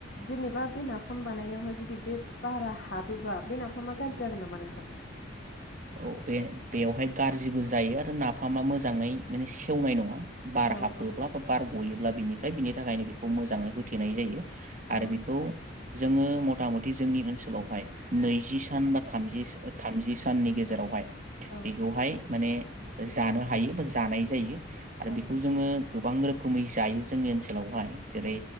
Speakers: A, on the left (about 60°); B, on the right (about 40°).
A: जेनेबा बे नाफाम बानायनायावहाय जुदि बे बारा हाबोबा बे नाफामा गाज्रि जागोन नामा नोंथां?
B: औ बे बेवहाय गाज्रिबो जायो आरो नाफामा मोजाङै माने सेवनाय नङा। बार
A: औ
B: हाबोब्ला
A: औ
B: बा बार गयोब्ला बिनि बिनि थाखायनो बेखौ मोजाङै होथेनाय जायो।
A: औ
B: आरो बेखौ जोङो मथा मथि जोंनि ओनसोलावहाय नैजि थाम थामजि <unintelligible> नि गेजेरावहाय
A: औ
B: बेखौहाय माने जानो हायो बा जानाय जायो। आरो
A: औ
B: बेखौ जोङो गोबां रोखोम रोखोमै जायो जोंनि ओनसोलावहाय जेरै
A: औ